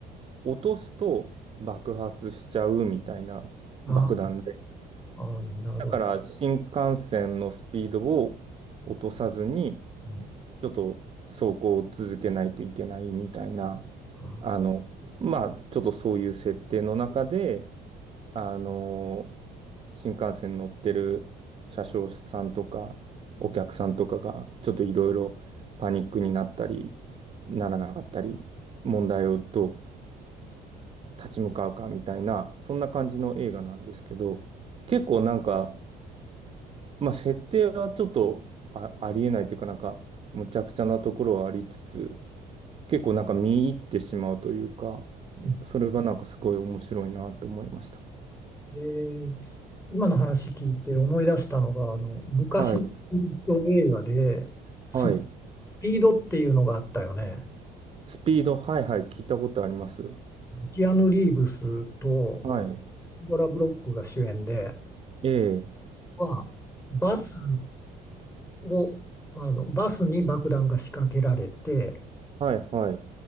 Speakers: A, on the right (about 35°); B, on the left (about 15°).
A: 落とすと爆発しちゃうみたいな爆弾で。
B: あ、あ、なるほど。
A: だから新幹線のスピードを落とさずに、
B: うん
A: ちょっと走行を続けないといけないみたいな、
B: あ
A: あの、まあ、ちょっとそういう設定の中で、あの、新幹線乗ってる車掌さんとか、お客さんとかが、ちょっといろいろパニックになったり、ならなかったり、問題をどう立ち向かうかみたいな、そんな感じの映画なんですけど、結構なんか、まあ、設定はちょっとあ、ありえないというかなんか、むちゃくちゃなところはありつつ、結構なんか見入ってしまうというか、
B: うん
A: それがなんかすごい面白いなと思いました。
B: えー今の話聞いて思い出したのが、あの、昔
A: はい、
B: の映画でス、
A: はい。
B: スピードっていうのがあったよね。
A: スピード、はいはい、聞いたことあります。
B: キアヌ・リーブスと
A: はい。
B: ドラ・ブロックが主演で、
A: ええ、
B: はバスをあのバスに爆弾が仕掛けられて
A: はい、はい。